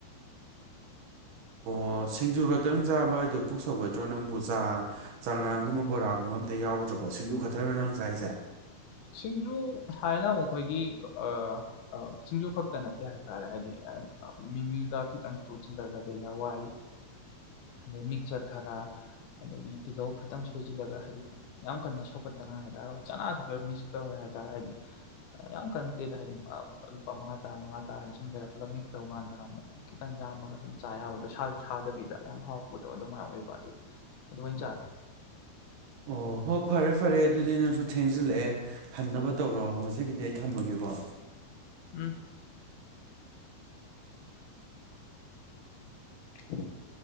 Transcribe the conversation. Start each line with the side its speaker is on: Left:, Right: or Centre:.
Right: ꯑꯣ ꯁꯤꯡꯖꯨ ꯈꯛꯇꯪ ꯆꯥꯕ ꯍꯥꯏꯗꯣ ꯄꯨꯛ ꯁꯧꯒꯠꯇꯔꯣ ꯅꯪꯕꯨ ꯆꯥ ꯆꯉꯥꯡꯒꯨꯝꯕ ꯕꯣꯔꯥꯒꯨꯝꯕ ꯑꯝꯇ ꯌꯥꯎꯗ꯭ꯔꯕꯣꯠ ꯁꯤꯡꯖꯨ ꯈꯇꯔꯣ ꯅꯪ ꯆꯥꯏꯖꯦ
Left: ꯁꯤꯡꯖꯨ ꯍꯥꯏꯅ ꯃꯨꯛ ꯈꯣꯏꯒꯤ ꯑ ꯁꯤꯡꯖꯨ ꯈꯛꯇ ꯅꯠꯇꯦ ꯍꯥꯏꯇꯥꯔꯦ ꯍꯥꯏꯗꯤ ꯃꯤꯃꯤꯒ ꯈꯤꯇꯪ ꯇꯣꯠꯁꯤꯜꯂꯒꯗꯤ ꯍꯥꯋꯥꯏ
Right: <inaudible>
Left: ꯑꯗꯩꯩ ꯃꯤꯛꯆꯔ ꯈꯔ ꯑꯗꯒꯤ ꯇꯤꯜꯍꯧ ꯈꯤꯇꯪ ꯁꯣꯏꯖꯤꯜꯂꯒ ꯍꯥꯏꯗꯤ ꯌꯥꯝ ꯀꯟꯅ ꯁꯧꯒꯠꯇꯅ ꯍꯥꯏꯇꯥꯔꯦ ꯍꯣꯏ ꯆꯅꯥꯁꯨ ꯈꯔ ꯃꯤꯁ ꯇꯧꯔꯦ ꯍꯥꯏꯇꯥꯔꯦ ꯍꯥꯏꯗꯤ ꯌꯥꯝ ꯀꯟꯇꯦꯗ ꯍꯥꯏꯗꯤ ꯂꯨꯄꯥ ꯃꯉꯥ ꯇꯔꯥ ꯃꯉꯥ ꯇꯔꯥꯒꯤ ꯁꯨꯝ ꯂꯩꯔꯄꯗ ꯃꯤꯛꯁ ꯇꯧ ꯀꯥꯟꯗꯅ ꯑꯃꯨꯛ ꯈꯤꯇꯪ ꯌꯥꯝꯃꯒ ꯁꯨꯝ ꯆꯥ ꯌꯥꯕꯗꯣ ꯁꯥꯁꯨ ꯁꯥꯗꯕꯤꯗ ꯌꯥꯝ ꯍꯥꯎꯕꯗꯣ ꯑꯗꯨꯃꯥꯏꯅ ꯑꯣꯏꯕ ꯑꯗꯨ ꯑꯗꯨ ꯑꯣꯏ ꯆꯥꯔꯦ
Right: ꯑꯣ ꯍꯣ ꯐꯔꯦ ꯐꯔꯦ ꯑꯗꯨꯗꯤ ꯅꯪꯁꯨ ꯊꯦꯡꯖꯤꯜꯂꯛꯑꯦ ꯍꯟꯅꯕ ꯇꯧꯔꯛꯑꯣ ꯉꯁꯤ ꯁꯤꯒꯤꯗꯤ ꯑꯩ ꯊꯝꯃꯒꯦꯀꯣ
Left: ꯎꯝ <unintelligible>